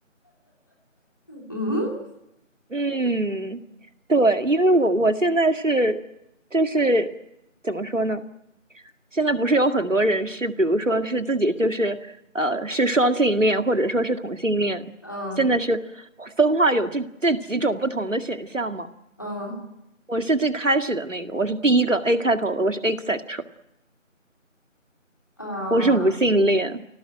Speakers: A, on the left; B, on the right.
A: 嗯
B: 嗯，对，因为我我现在是，就是怎么说呢？现在不是有很多人是，比如说是自己就是呃是双性恋，或者说是同性恋，
A: 嗯
B: 现在是分化有这这几种不同的选项嘛？
A: 嗯
B: 我是最开始的那个，我是第一个 A 开头的，我是 asexual，
A: 啊
B: 我是无性恋。